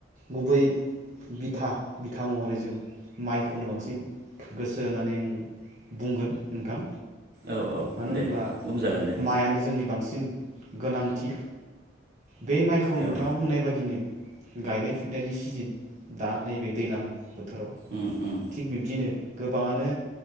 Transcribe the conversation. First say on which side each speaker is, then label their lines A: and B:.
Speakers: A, on the right; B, on the right.
A: गुबै बिथा बिथा महरै जों माइखौनो बांसिन गोसो होनानै जों बुंगोन नोंथां
B: औ औ
A: मानो होनब्ला
B: दे बुंजागोन दे
A: माइआनो जोंनि बांसिन गोनांथि बे माइखौ नोंथाङा
B: औ
A: बुंनाय बादिनो गायनाय फुनायनि सिजेन दा नैबे दैज्लां बोथोराव
B: ओम ओम
A: थिग बिब्दिनो गोबाङानो